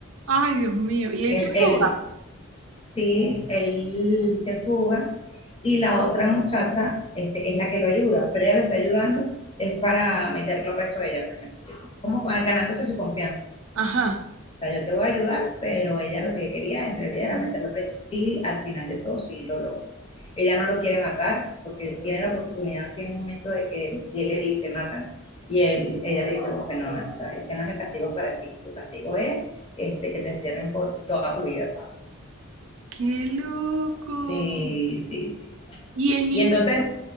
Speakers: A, on the right; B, on the left.
A: Ay, Dios mío. Y él
B: Él,
A: se
B: él
A: fuga.
B: sí, él se fuga y la otra muchacha este, es la que lo ayuda, pero ella lo está ayudando es para meterlo preso a ella, por ejemplo, como ah, ganándose su confianza.
A: Ajá.
B: O sea, yo te voy a ayudar, pero ella lo que quería en realidad era meterlo preso y al final de todo sí lo logra. Ella no lo quiere matar porque tiene la oportunidad así en un momento de que y él le dice, mátame. Y él, ella le dice como que no, no, no, este no es el castigo para ti, tu castigo es este, que te encierren por toda tu vida.
A: Qué loco.
B: Sí, sí, sí. sí.
A: Y el
B: Y
A: niño.
B: entonces
A: <gasps>